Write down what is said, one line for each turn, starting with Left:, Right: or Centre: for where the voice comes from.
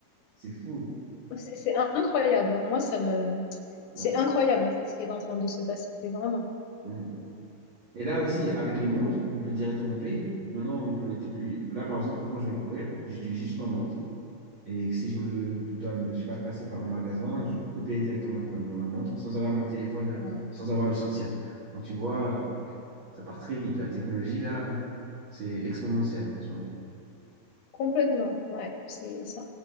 Right: c'est fou.
Left: c'est c'est incroyable. hein. Moi, ça me...
Right: Ouais.
Left: C'est incroyable, en fait, ce qui est en train de se passer, vraiment.
Right: Ouais. Et là aussi, avec les montres, on peut directement payer. Maintenant, on peut, t'es plus... Là, par exemple, quand je vais courir, j'utilise juste ma montre. Et si je me dois, je sais pas, passer par un magasin, je peux payer directement avec un- ma montre sans avoir mon téléphone,
Left: Euh,
Right: sans avoir à le sortir. Donc tu vois, ça part très vite. La technologie, là, c'est exponentiel en ce moment.
Left: complètement. Ouais, c'est c'est